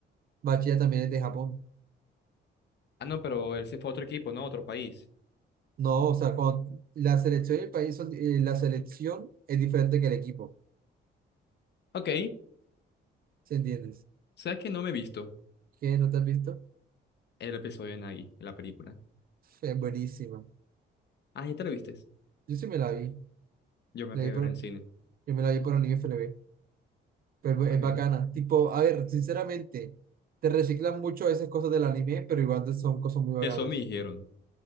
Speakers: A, on the right; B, on the left.
A: Bachilla también es de Japón.
B: Ah, no, pero él se fue a otro equipo, ¿no? A otro país.
A: No, o sea, con la selección y el país son- eh, la selección es diferente que el equipo,
B: Ok,
A: ¿sí entiendes?
B: ¿sabes que no me he visto
A: ¿Qué? ¿No te has visto?
B: el episodio de Nagi, la película?
A: Es buenísima.
B: Ah, ¿ya te la vistes?
A: Yo sí me la vi.
B: Yo me
A: La
B: quedé
A: vi por,
B: a ver en cine.
A: yo me la vi por Anime FLV. pero es
B: Ah, bien.
A: bacana. Tipo, a ver, sinceramente, te reciclan mucho esas cosas del anime, pero igual son cosas muy bacanas.
B: Eso me dijeron.